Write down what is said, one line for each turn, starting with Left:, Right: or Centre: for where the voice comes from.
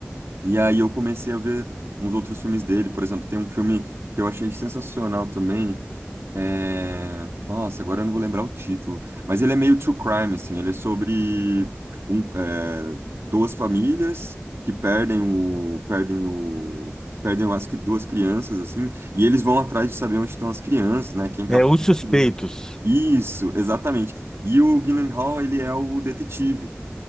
Right: E aí eu comecei a ver uns outros filmes dele. Por exemplo, tem um filme que eu achei sensacional também. É... Nossa, agora eu não vou lembrar o título. Mas ele é meio true crime, assim. Ele é sobre um, é, duas famílias que perdem o... Perdem o... Perdem as cri- duas crianças, assim, e eles vão atrás de saber onde estão as crianças, né? Quem capturou
Left: É Os Suspeitos.
Right: as crianças. Isso, exatamente. E o Gyllenhaal, ele é o detetive.